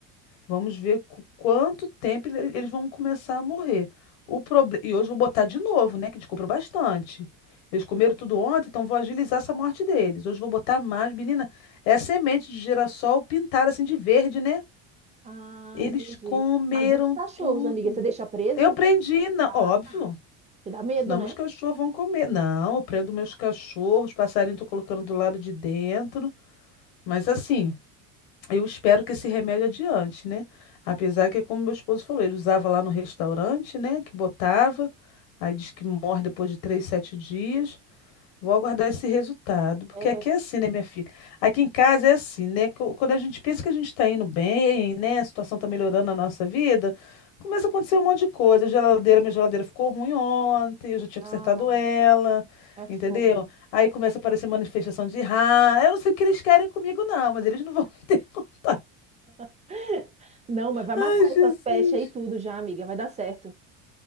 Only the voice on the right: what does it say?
Ah,
entendi.
Mas e os cachorros,
amiga? Você deixa preso?
Ah,
tá. Que dá medo,
né?
É,
ah,
é fogo.
<laughs> Não, mas vai
matar
essas pestes aí tudo já, amiga. Vai dar certo.